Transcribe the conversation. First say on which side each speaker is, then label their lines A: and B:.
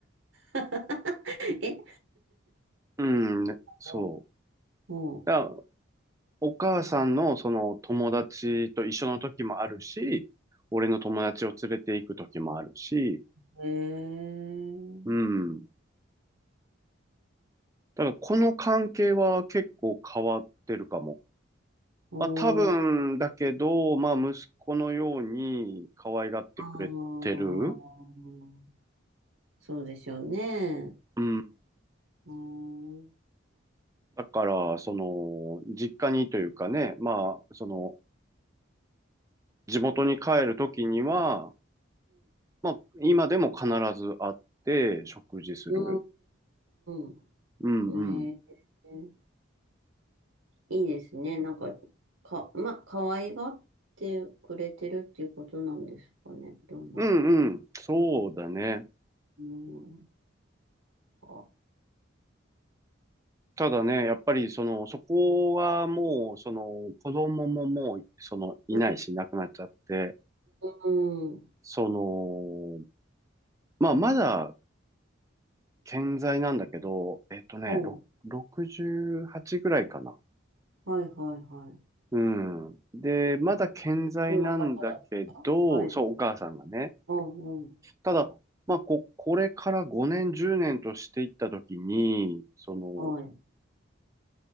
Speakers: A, on the right; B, on the right.
A: <laughs> え
B: うん、ねそう。
A: うん。う
B: だからお母さんのその友達と一緒の時もあるし、俺の友達を連れて行く時もあるし、
A: ん。へえ。
B: うん。だからこの関係は結構変わってるかも。
A: おー。
B: まあ多分だけど、まあ息子のように可愛がってくれてる。
A: あーそうでしょうね。
B: うん。
A: うん。うん。
B: だから、その、実家にというかね、まあ、その、地元に帰るときには、まあ、今でも必ず会って食事する。
A: うん。
B: うんうん。
A: うん。ねえ。いいですね。なんか、か、ま、可愛がってくれてるっていうことなんですかね。どうなんだろ
B: うんうん。そうだね。
A: う。うん。あ
B: ただね、やっぱりその、そこはもう、その、子供ももう、その、いないし、
A: うん。
B: 亡くなっちゃって、
A: うん。
B: その、まあ、まだ健在なんだけど、えっとね、
A: うん。
B: ろ68ぐらいかな。
A: はいはいはい。
B: うん。で、まだ健在なんだけど、
A: そんな方だったはい。
B: そう、お母さんがね。
A: うんうん。
B: ただ、まあ、こ、これから5年、10年としていったときに、その、
A: はい。